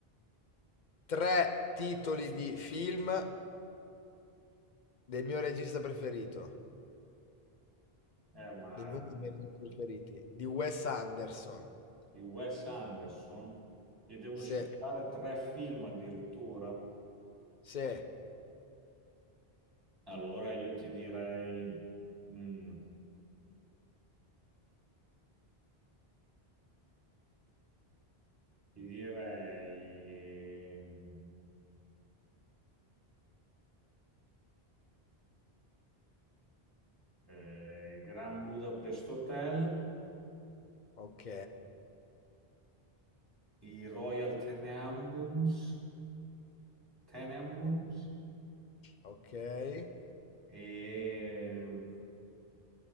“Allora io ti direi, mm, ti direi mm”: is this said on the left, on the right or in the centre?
Right